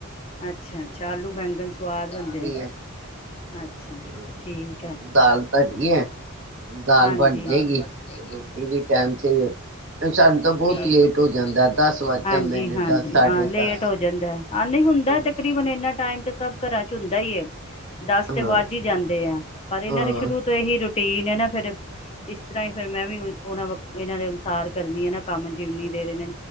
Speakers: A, on the left; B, on the right.
A: ਅੱਛਾ-ਅੱਛਾ, ਆਲੂ ਬੈਗਣ ਸਆਦ ਬਣਦੇ ਏ
B: ਹੈ
A: ਅਛਾ,
B: ਹਾਂ
A: ਠੀਕ ਹੈ।
B: ਦਾਲ ਧਰੀ ਹੈ ਦਾਲ
A: ਹਾਂਜੀ,
B: ਬਣ ਜਾਏਗੀ
A: ਹਾਂਜੀ।
B: ਤੇ ਰੋਟੀ ਵੀ ਟਾਈਮ ਸਿਰ ਸਾਨੂੰ ਤਾਂ ਬਹੁਤ
A: ਠੀਕ ਹੇ,
B: ਲੇਟ ਹੋ ਜਾਂਦਾ ਦਸ ਵੱਜ
A: ਹਾਂਜੀ-ਹਾਂਜੀ
B: ਜਾਂਦੇ ਨੇ ਦਸ ਸਾਢੇ
A: ਹਾਂ ਲੇਟ
B: ਦਸ
A: ਹੋ ਜਾਂਦਾ ਹ ਨਹੀਂ ਹੁੰਦਾ
B: ਹਾਂਜੀ
A: ਤਕਰੀਬਨ ਇਨਾ ਟਾਈ ਟਾਈਮ ਤਾਂ ਸਭ ਘਰਾਂ ਚ ਚੁੰਦਾ ਹੀ ਏ। ਦਸ
B: ਹਾਂ
A: ਤੇ ਵਾਜ ਹੀ ਜਾਂਦੇ ਆ, ਪਰ ਇਹਨਾਂ
B: ਹਾਂ
A: ਦੀ ਸ਼ੁਰੂ ਤੋਂ ਇਹੀ ਰੁਟੀ ਟੀਨ ਹੇ ਨਾ ਫੇਰ ਇਸ ਤਰ੍ਹਾਂ ਫੇਰ ਮੈਂ ਵੀ ਉਹਨਾਂ, ਇਹਨਾਂ ਦੇ ਅਨੁਸਾਰ ਕਰਨੀ ਹੈ ਨਾ ਕੰਮ ਜਿਵਨੀ ਦੇਰ ਏਨੇ,